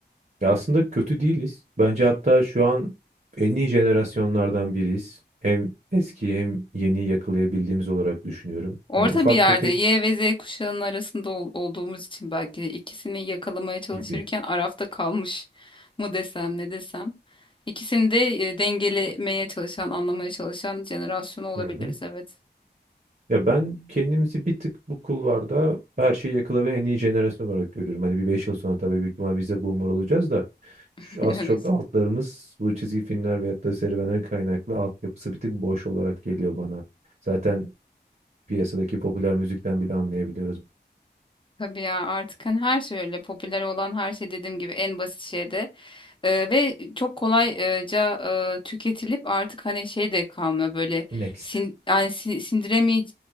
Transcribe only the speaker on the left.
Orta
bir yerde
Y ve Z kuşağının arasında ol- olduğumuz için belki de ikisini yakalamaya çalışırken
arafta kalmış mı desem ne desem. İkisini de e, dengelemeye çalışan, anlamaya çalışan jenerasyon olabiliriz
evet.
<laughs>
Evet.
Tabii ya artık hani her şey öyle popüler olan her şey dediğim gibi en basit şeyde. Eee, ve çok kolayca eee, tüketilip artık hani şey de kalmıyor böyle
sin yani sin sindiremeye